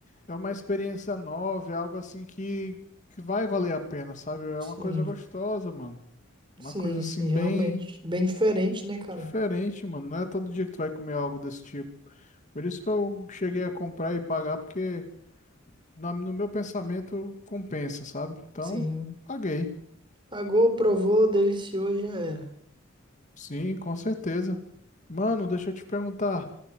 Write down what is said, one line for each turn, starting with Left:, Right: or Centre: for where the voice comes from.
Left: é uma experiência nova, é algo assim que, que vai valer a pena, sabe? É
Right: Sim.
Left: uma coisa gostosa, mano. Uma
Right: Sim,
Left: coisa assim
Right: sim, realmente.
Left: bem
Right: Bem diferente, né, cara?
Left: diferente, mano. Não é todo dia que tu vai comer algo desse tipo. Por isso que eu cheguei a comprar e pagar, porque. na- no meu pensamento, compensa, sabe? Então,
Right: Sim.
Left: paguei.
Right: Pagou, provou, deliciou, e já era.
Left: Sim, com certeza. Mano, deixa eu te perguntar.